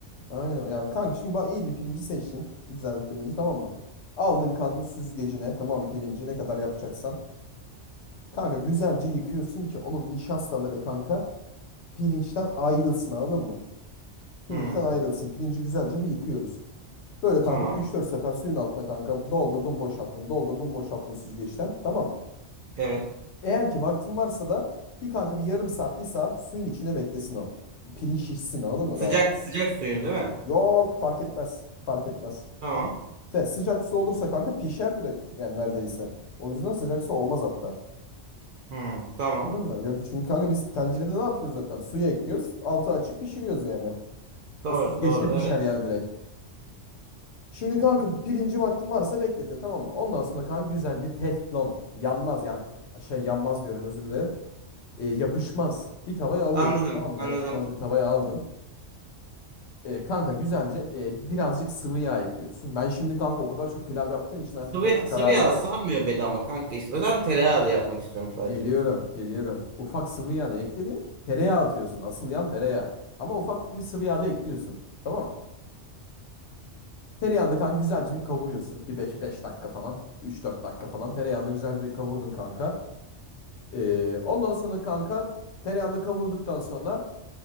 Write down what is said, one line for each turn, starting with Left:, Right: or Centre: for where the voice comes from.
Left: Aynen yani kanka şimdi ba iyi bir pirinci seçtin. Güzel bir pirinci tamam mı? Aldın kanka süzgecine tamam mı, pirinci ne kadar yapacaksan. Kanka güzelce yıkıyorsun ki onun nişastaları kanka pirinçten ayrılsın anladın mı? Pirinçten
Right: Hmm,
Left: ayrılsın. Pirinci güzelce bir yıkıyoruz. Böyle kanka
Right: tamam.
Left: üç dört sefer suyun altına kanka doldurdum boşalttım doldurdum boşalttın süzgeçten tamam.
Right: Evet.
Left: Eğer ki vaktin varsa da bir kanka bir yarım saat bir saat suyun içine beklesin o. Pirinç şişsin anladın mı
Right: Sıcak
Left: daha
Right: sıcak suyun değil mi?
Left: Yok fark etmez. Fark etmez.
Right: Tamam.
Left: Se- sıcak su olursa kanka pişer direkt. Yani neredeyse. O yüzden sıcak su olmaz hatta.
Right: Hmm, tamam.
Left: Anladın mı? Yok çünkü kanka biz tencerede ne yapıyoruz zaten? Suyu ekliyoruz. Altı açık pişiriyoruz yani.
Right: Doğru
Left: O süzgeçte
Right: doğru
Left: pişer
Right: evet.
Left: yani direkt. Şimdi kanka pirinci vaktin varsa bekletin tamam mı? Ondan sonra kanka güzel bir teflon. Yanmaz yani tu- şey yanmaz diyorum özür dilerim. E, yapışmaz bir tavaya alıyorsun
Right: Anladım
Left: tamam mı?
Right: anladım.
Left: Yapışmaz bir tavaya aldın. E, kanka güzelce e, birazcık sıvı yağ ekliyorsun. Ben şimdi kanka o kadar çok pilav yaptığım için artık
Right: Sıvı,
Left: göz kararı
Right: sıvı yağ
Left: yapıyorum.
Right: sarmıyor beni ama kanka işte. O yüzden tereyağı da yapmak istiyorum sadece.
Left: Geliyorum, geliyorum. Ufak sıvı yağını ekledin. Tereyağı atıyorsun. Asıl yan tereyağı. Ama ufak bir sıvı yağ da ekliyorsun. Tamam. Tereyağını da kanka güzelce bir kavuruyorsun. Bir beş beş dakika falan. üç dört dakika falan. Tereyağını da güzelce bir kavurdun kanka. E, ondan sonra kanka tereyağını da kavurduktan sonra